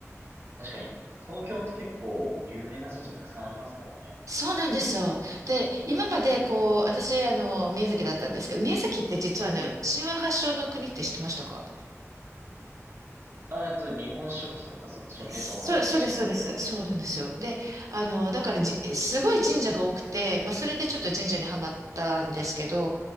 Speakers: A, on the right (about 50°); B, on the right (about 85°).
A: 確かに、東京って結構有名な神社たくさんありますからね。
B: そうなんですよ。で、今までこう、私、あの、宮崎だったんですけど、宮崎って実はね、
A: ええ
B: 神話発祥の国って知ってましたか
A: あ、えっと、日本書紀とかそっちの系統の島ですか
B: そう、そうです、そうです。そうなんですよ。で、あの、だからじ、すごい神社が多くて、
A: ええ
B: まあ、それでちょっと神社にはまったんですけど、
A: え